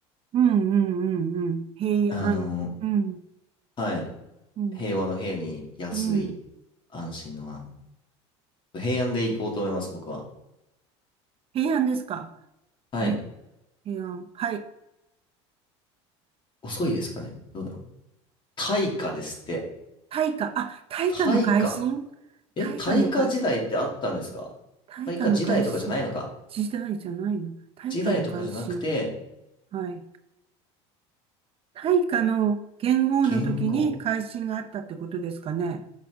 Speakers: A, on the right; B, on the left.
A: うんうんうんうん。平安。
B: あの、
A: うん、
B: はい。
A: うん、
B: 平和の平に安い、
A: うん。
B: 安心の安。平安で行こうと思います、僕は。
A: 平安ですか。
B: はい。
A: え、平安。はい。
B: 遅いですかねどうだろう。大化ですって。
A: 大化。あ、大化の改新大化の改新。
B: 大化え、大化時代ってあったんですか大化時代とかじゃないのか
A: 大化の改新。時代じゃないの。大化の改新。
B: 時代とかじゃなくて、
A: はい。大化の元号の時に改新があったってことですかね。
B: 元号。